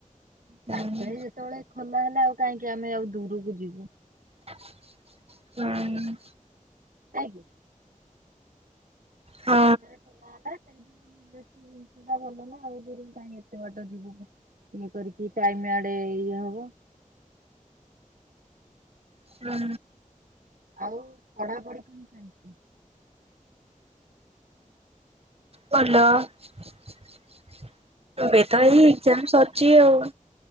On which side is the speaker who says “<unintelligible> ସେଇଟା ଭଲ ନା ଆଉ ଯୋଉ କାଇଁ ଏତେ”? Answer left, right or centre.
Right